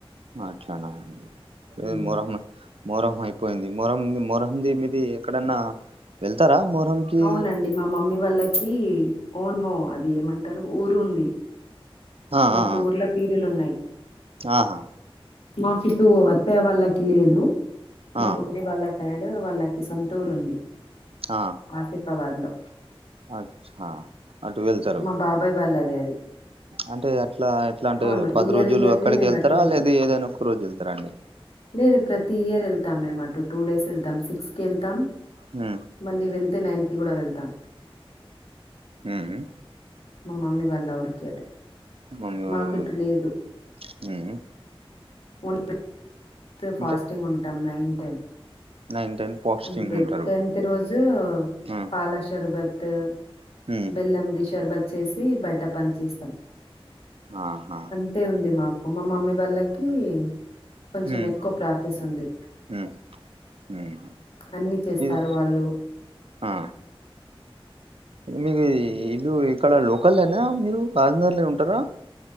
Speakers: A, on the right; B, on the left.
A: అట్లనా అండి
B: హ్మ్.
A: ఏది మొహర్రం అ మొహరం అయిపోయింది, మొహరం మొహరంది మీది ఎక్కడన్నా వెళ్తరా మొహరం కి
B: అవునండి. మా మమ్మీ వాళ్ళకి ఓనో అది ఏమంటరు ఊరు ఉంది.
A: ఆ
B: మాకు
A: ఆ ఆ
B: ఊర్ల పీరీలు ఉన్నయి.
A: ఆహా
B: మాకిటు అత్తయ్య వాళ్ళకి లేదు
A: ఆ
B: మా మమ్మీ వాళ్ళక్ సైడ్ వాళ్ళకి సొంతూరు ఉంది.
A: ఆ
B: ఆసిఫాబాద్ లో
A: అచ్చా అటు వెళ్తారు
B: మా బాబాయ్ వాళ్లదే అది.
A: అంటే అట్ ట్లా ఎట్లా అంటే
B: అవును
A: పది
B: ఇయర్
A: రోజులు
B: ఇయర్లీ
A: అక్కడికి
B: మేము
A: వెళ్తారా
B: అటే వెళ్తాం
A: లేదు ఏదైనా ఒక్క రోజు వెళ్తరా అండి.
B: లేదు ప్రతి ఇయర్ ఎళ్తాం మేము అటు టూ డేస్ ఎళ్తాం సిక్స్ కి ఎళ్తాం
A: హ్
B: మళ్ళీ వెళ్తే నైన్ కి కూడా వెళ్తాం.
A: ఉమ్
B: మా మమ్మీ వాళ్ళ ఊరికి అటు.
A: మమ్మీ వాళ్ళ
B: మాకు
A: ఊరికి
B: ఇటు లేదు
A: ఉహ్
B: <inaudible> ఫాస్టింగ్
A: ఇంకా
B: ఉంటాం nine ten.
A: Nine ten fasting
B: అంటే
A: ఉంటారు
B: టెన్త్ రోజు
A: ఉమ్
B: పాల శరబత్
A: ఉమ్
B: బెల్లంది షర్బత్ చేసి బయట పంచేస్తం.
A: ఆహా
B: అంతే ఉంది మాకు మా మమ్మీ వాళ్ళకి కొంచెం
A: ఉమ్
B: ఎక్కువ ప్రాఫీస్ ఉంది
A: ఉమ్ ఉమ్
B: అన్నీ చేస్తారు
A: ఇది
B: వాళ్ళు.
A: ఆ మీకు ఈ ఇల్లు ఇక్కడ లోకలేనా మీరు కాఘజ్ నగర్లే ఉంటరా